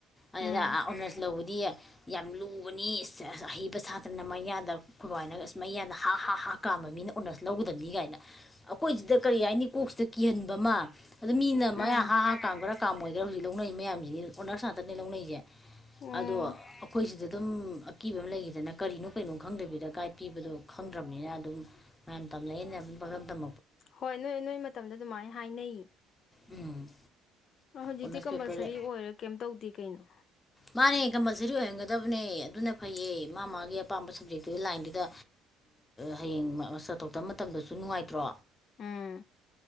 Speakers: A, on the left (about 20°); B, on the left (about 55°).
A: ꯑꯗꯨꯗ
B: ꯎꯝ
A: ꯑꯣꯅꯔꯁ ꯂꯧꯕꯗꯤ ꯌꯥꯝ ꯂꯨ ꯅꯤ ꯑꯍꯩꯕ ꯁꯥꯗꯅ ꯃꯌꯥꯗ ꯀꯃꯅ ꯃꯌꯥꯗ ꯍꯥ ꯍꯥ ꯀꯥꯝꯕ ꯃꯤꯅ ꯑꯣꯅꯔꯂꯧꯕ ꯕꯅꯤ ꯀꯥꯏꯅ ꯑꯩꯈꯣꯏꯁꯤꯗ ꯀꯔꯤ ꯍꯥꯏꯅꯤ ꯀꯣꯛꯁꯤꯗ ꯀꯤꯍꯟꯕ ꯑꯃ ꯑꯗꯨꯗ ꯃꯤꯅ
B: ꯎꯝ
A: ꯃꯌꯥꯝ ꯍꯥ ꯍꯥ ꯀꯥꯝꯈꯔꯥꯝ ꯑꯣꯏꯒꯦꯔ ꯍꯧꯖꯤꯛ ꯂꯧꯅꯩ ꯃꯌꯥꯝꯁꯤꯗꯤ ꯑꯣꯗꯔꯁ ꯉꯥꯛꯇꯅꯦ ꯂꯧꯅꯩꯁꯦ
B: ꯎꯝ
A: ꯑꯗꯣ ꯑꯩꯈꯣꯏꯁꯤꯗ ꯑꯗꯨꯝ ꯑꯀꯤꯕ ꯑꯃ ꯂꯩꯈꯤꯗꯅ ꯀꯔꯤꯅꯣ ꯀꯩꯅꯣ ꯈꯪꯗꯕꯤꯗ ꯒꯥꯏꯗ ꯄꯤꯕꯗꯣ ꯈꯪꯗ꯭ꯔꯕꯅꯤꯅ ꯑꯗꯨꯝ ꯃꯌꯥꯝ ꯇꯝꯅꯌꯦꯅ ꯄꯔꯗꯝ
B: ꯍꯣꯏ ꯅꯣꯏ ꯅꯣꯏ ꯃꯇꯝꯗ ꯑꯗꯨꯃꯥꯏꯅ ꯍꯥꯏꯅꯩꯌꯦ
A: ꯎꯝ
B: ꯍꯧꯖꯤꯛꯇꯤ
A: ꯑꯣꯅꯔꯁ
B: ꯀꯝꯄꯜꯁꯔꯤ
A: ꯄꯦꯄꯔꯗ
B: ꯑꯣꯏꯔꯦ ꯀꯦꯝ ꯇꯧꯗꯦ ꯀꯩꯅꯣ
A: ꯃꯥꯅꯦ ꯀꯝꯄꯜꯁꯔꯤ ꯑꯣꯏꯍꯟꯒꯗꯕꯅꯦ ꯑꯗꯨꯅ ꯐꯩꯌꯦ ꯃꯥ ꯃꯥꯒꯤ ꯑꯄꯥꯝꯕ ꯁꯕꯖꯦꯛꯇꯨꯒꯤ ꯂꯥꯏꯟꯗꯨꯗ ꯍꯌꯦꯡ ꯆꯊꯣꯛ ꯇꯕ ꯃꯇꯝꯗꯁꯨ ꯅꯨꯡꯉꯥꯏꯇ꯭ꯔꯣ
B: ꯎꯝ